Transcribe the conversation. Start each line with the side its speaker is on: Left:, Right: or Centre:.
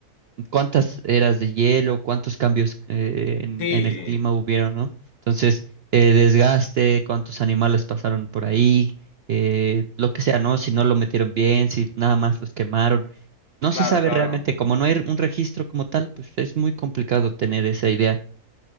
Right: cuántas eras de hielo, cuántos cambios eh, en,
Left: Sí,
Right: en el clima hubieron, ¿no? Entonces, eh, desgaste, cuántos animales pasaron por ahí, eh, lo que sea, ¿no? Si no lo metieron bien, si nada más los quemaron. No
Left: claro,
Right: se sabe
Left: claro.
Right: realmente, como no hay un registro como tal, pues es muy complicado tener esa idea.